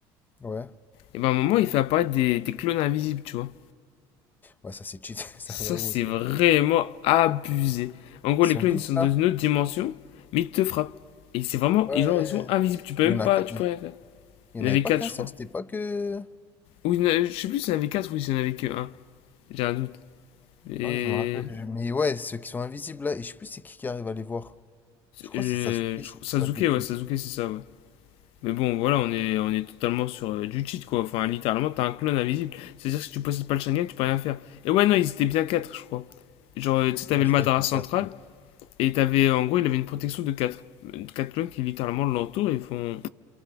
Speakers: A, on the left; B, on the left.
A: Ouais.
B: et ben à un moment, il fait apparaître des, des clones invisibles, tu vois.
A: Ouais, ça c'est cheaté, <laughs> ça
B: Ça,
A: j'avoue
B: c'est
A: aussi.
B: vraiment abusé. En gros,
A: Son
B: les clones,
A: double
B: ils sont dans
A: là.
B: une autre dimension, mais ils te frappent. Et c'est vraiment.
A: Ouais.
B: Et genre, ils sont invisibles. Tu peux même
A: Il y en
B: pas.
A: a, qu-
B: Tu peux rien faire.
A: il
B: Il
A: y en
B: y
A: avait
B: en avait
A: pas
B: 4
A: qu'un
B: je
A: seul,
B: crois.
A: c'était pas que.
B: Ou je sais plus s'il y en avait 4 ou s'il y en avait que un J'ai un doute. Et.
A: Ah ouais, je me rappelle. je- Mais ouais, ceux qui sont invisibles là, et je sais plus c'est qui qui arrive à les voir. Je crois
B: Je,
A: que c'est Sasuke,
B: je-
A: si je
B: Sasuke,
A: dis pas de bêtises.
B: ouais, Sasuke, c'est ça, ouais. Mais bon, voilà, on est, on est totalement sur euh, du cheat, quoi. Enfin, littéralement, t'as un clone invisible. C'est-à-dire que si tu possèdes pas le Sharingan, tu peux rien faire. Et ouais, non, ils étaient bien 4 je crois. Genre, euh, tu sais, t'avais
A: Ouais, je
B: le Madara
A: crois que c'était
B: central,
A: 4.
B: Et t'avais, en gros, il avait une protection de quatre quatre clones qui littéralement l'entourent et font.